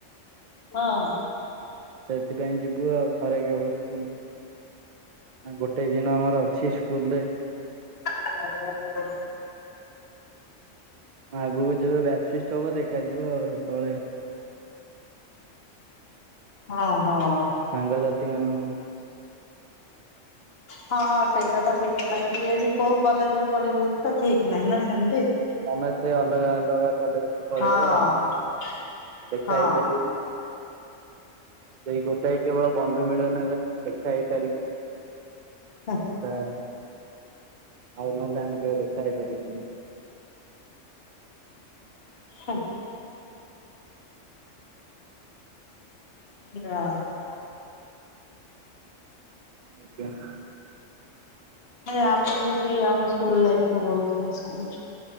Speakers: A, on the left; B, on the right.
A: ହଁ।
B: ସେଥିପାଇଁ ଯିବୁ ଆଉ ଥରେ କେବଳ ସ୍କୁଲ୍ ଗୋ ଗୋଟେ ଦିନ ଆମର ଅଛି ସ୍କୁଲରେ।
A: <unintelligible>
B: ଆଗକୁ ଯେବେ ବ୍ୟାଚ୍ ଫିଷ୍ଟ ହବ ଦେଖାଯିବ ଆଉ ସେତେବେଳେ।
A: ହଁ ହଁ।
B: ସାଙ୍ଗସାଥି ମାନଙ୍କୁ।
A: ହଁ ସେଇଟାତ ଠିକ୍ କଥା କିଏବି କୋଉ କଲେଜରେ ପଢିବତ ଠିକ୍ ନାହିଁନା ସେମିତି।
B: ସମେସ୍ତେ ଅଲଗା ଅଲଗା କଲେଜକୁ ପଳେଇବେ
A: ହଁ
B: ଆଉ କିଏ ଦେଖାହେଇ
A: ହଁ।
B: ପାରିବେନି। ସେଇ ଗୋଟାଏ କେବଳ ବନ୍ଧୁ ମିଳନରେ ଆମେ ଦେଖା ହେଇପାରିବୁ।
A: ହଁ।
B: ତା ଆଉ ନହେଲେ ଆମେ କେବେ ଦେଖା ହେଇପାରିବନି।
A: <unintelligible> <unintelligible>
B: ଆଜ୍ଞା।
A: ଆମେ ବି ସେଇ ଆମ ସ୍କୁଲ ଲାଇଫକୁ ବହୁତ୍ ମିସ୍ କରୁଛୁ